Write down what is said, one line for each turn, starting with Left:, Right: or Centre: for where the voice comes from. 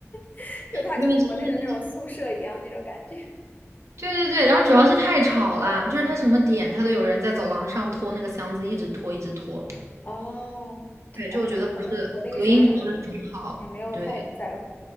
Left: <laughs> 就它跟国内的那种宿舍一样那种感觉。
Right: 因为真的对对对，然后主要是太吵了，就是它什么点它都有人在走廊上拖那个箱子，一直拖一直拖，
Left: 哦，
Right: 对，就我觉得不是隔音不是很好，
Left: 可能我那个时候可能也也没有太在乎。
Right: 对